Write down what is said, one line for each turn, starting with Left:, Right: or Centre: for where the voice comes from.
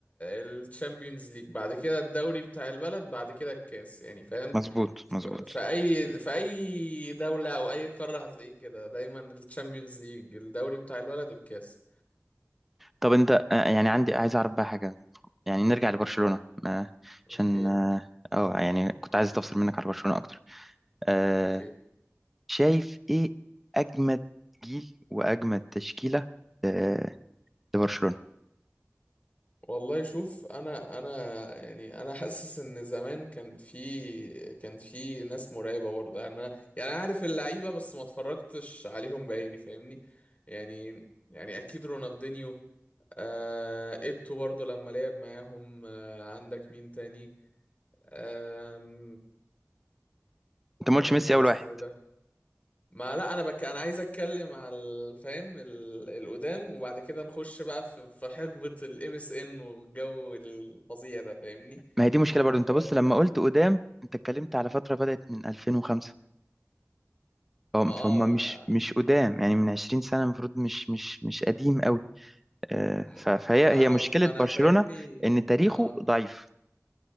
Left: الشامبيونز ليج بعد كده الدوري بتاع البلد بعد كده الكاس يعني فاهم
Centre: مظبوط
Left: ف-
Centre: مظبوط
Left: في اي في اي دوله او اي قاره هتلاقيه كده دايما الشامبيونز ليج الدوري بتاع البلد الكاس
Centre: طب أنت آه، يعني عندي عايز أعرف بقى حاجة يعني نرجع لبرشلونة ما-
Left: اوكي
Centre: عشان اه آه، يعني كنت عايز استفسر منك على برشلونة اكتر آه
Left: اوكي
Centre: شايف ايه اجمد جيل واجمد تشكيلة آه لبرشلونة
Left: والله شوف انا انا يعني انا حاسس ان زمان كان في كان في ناس مرعبه برضه يعني انا يعني انا عارف اللعيبه بس ما اتفرجتش عليهم بعيني فاهمني يعني يعني اكيد رونالدينيو آه ايتو برضه لما لعب معاهم آه عندك مين تاني آه
Centre: انت ما قلتش
Left: آه
Centre: ميسي اول
Left: اسمه
Centre: واحد
Left: ايه ده ما لا انا بك انا عايز اتكلم على الفهم ال- القدام وبعد كده نخش بقى في في حقبة الام اس ان والجو الفظيع ده فاهمني
Centre: ما هي دي مشكلة برضو
Left: آه،
Centre: انت بص لما قلت قدام انت اتكلمت على فترة بدأت من 2005 فهم
Left: ما اه
Centre: فهم
Left: ما
Centre: مش مش قدام يعني من 20 سنة المفروض مش مش مش قديم قوي آه
Left: ما
Centre: ف- فهي
Left: ما
Centre: هي
Left: انا
Centre: مشكلة
Left: ما
Centre: برشلونة
Left: انا فاهمني
Centre: ان تاريخه
Left: اه
Centre: ضعيف